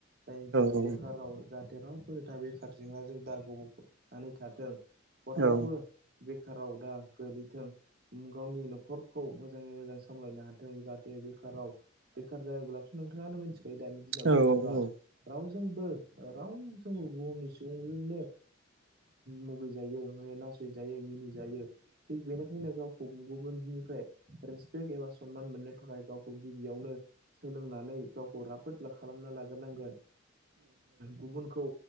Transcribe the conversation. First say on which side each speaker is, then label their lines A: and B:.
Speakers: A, on the right; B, on the right.
A: जायनि थाखाय
B: औ
A: बेखार राव जाहाथे रावबो बेखार जेंनाजों दा गोफबनानै थाथों रावबो
B: औ
A: बेखाराव दा गोलैथों गावनि न'खरखौ मोजांङै मोजां सामलायनो हाथों जाहाथे बेखाराव बेखार जायोब्लाथ' नोंथाङानो मिथिखायो दानि दिनाव
B: औ
A: बेखारा रावजों बो रावजोंबो जोंबो बुहुमनि सुबुंजोंनो मुगैजायो नासय जायो मिनिजायो थिग बेनिखायनो गावखौ गुबुननिफ्राय रेसपेक्ट एबा सनमान मोननो थाखाय गावखौ गिबियावनो सोलोंनानै गावखौ राफोद ला खालाम खालामनो लाग्रोनांगोन गुबुनखौ